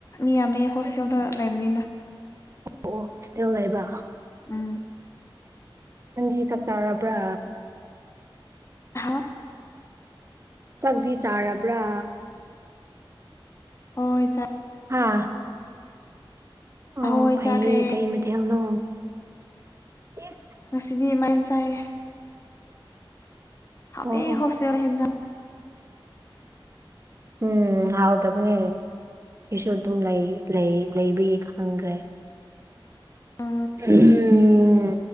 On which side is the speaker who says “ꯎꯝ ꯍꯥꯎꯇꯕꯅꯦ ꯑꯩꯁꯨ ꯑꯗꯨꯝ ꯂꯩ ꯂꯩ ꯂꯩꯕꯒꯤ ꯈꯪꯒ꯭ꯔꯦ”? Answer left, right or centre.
Right